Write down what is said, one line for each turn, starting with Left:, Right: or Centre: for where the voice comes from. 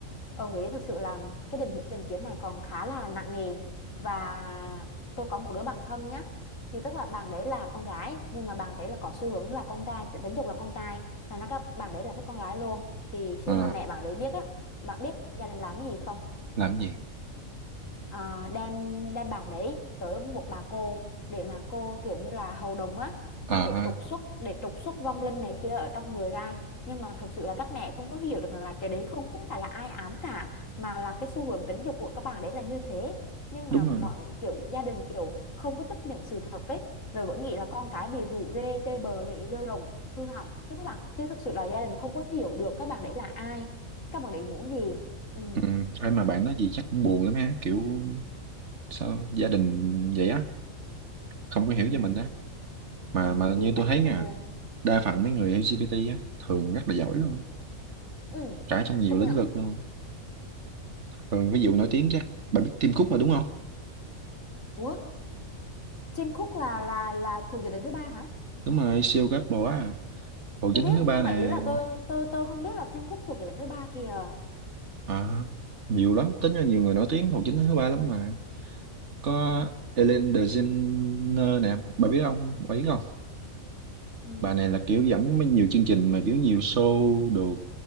Left: ở Huế thực sự là cái định hình định kiến này còn khá là nặng nề và tôi có một đứa bạn thân nhá thì tức là bạn đấy là con gái nhưng mà bạn thấy là có xu hướng là con trai tính dục là con trai thành ra các bạn đấy là thích con gái luôn thì khi
Right: ờ,
Left: mà mẹ bạn đấy biết á bạn biết gia đình làm cái gì không
Right: làm cái gì
Left: à, đem đem bảng đấy tới một bà cô để mà cô kiểu như là hầu đồng á xong
Right: Ờ,
Left: để
Right: ờ,
Left: trục xuất để trục xuất vong linh này kia ở trong người ra nhưng mà thật sự là các mẹ không có hiểu được rằng là cái đấy không có phải là ai ám cả mà là cái xu hướng tính dục của các bạn đấy là như thế nhưng
Right: đúng
Left: mà mọi
Right: rồi
Left: kiểu gia đình kiểu không có chấp nhận sự thật ấy rồi vẫn nghĩ là con cái bị rủ rê chơi bời lêu lồng hư hỏng chứ các bạn chứ thực sự là gia đình không có hiểu được các bạn đấy là ai các bạn đấy muốn gì ừ
Right: ừ. ai mà bạn nói gì chắc cũng buồn lắm ha kiểu sao gia đình vậy á không có hiểu
Left: ừ
Right: cho mình á mà
Left: ừ
Right: mà
Left: thì
Right: như
Left: phải
Right: tôi thấy nha
Left: phải buông
Right: đa phần mấy người LGBT á thường rất là giỏi luôn á.
Left: Ừ,
Right: cả trong nhiều
Left: công
Right: lĩnh
Left: nhận.
Right: vực luôn thường ví dụ nổi tiếng chắc bạn biết Tim Cook mà đúng không
Left: Ủa, Tim Cook là là là thuộc giải thưởng thứ ba hả?
Right: đúng rồi siêu gấp bộ á Hồ
Left: Tôi
Right: Chính
Left: biết
Right: thứ ba
Left: nhưng
Right: nè
Left: mà ý là tôi tôi tôi không biết là Tim Cook thuộc giải thưởng thứ ba kìa.
Right: à, nhiều lắm tính ra nhiều người nổi tiếng Hồ Chính thứ ba lắm mà có Ellen DeGeneres nè bà biết không bà biết không
Left: Ừ.
Right: bà này là kiểu dẫn mấy nhiều chương trình mà kiểu nhiều show đồ